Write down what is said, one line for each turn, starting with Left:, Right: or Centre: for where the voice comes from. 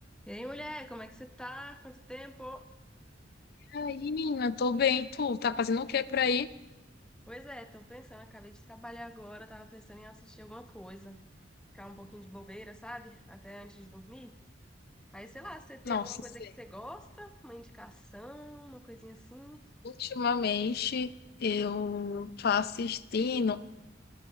Centre: E aí, mulher, como é que você tá? Quanto tempo?
Left: Ai, menina, tô bem. Tu tá fazendo o que por aí?
Centre: Pois é, tô pensando, acabei de trabalhar agora, tava pensando em assistir alguma coisa, ficar um pouquinho de bobeira, sabe? Até antes de dormir. Aí, sei lá, você tem
Left: Nossa,
Centre: alguma coisa
Left: sei.
Centre: que você gosta? Uma indicação, uma coisinha assim?
Left: Ultimamente eu tô assistindo,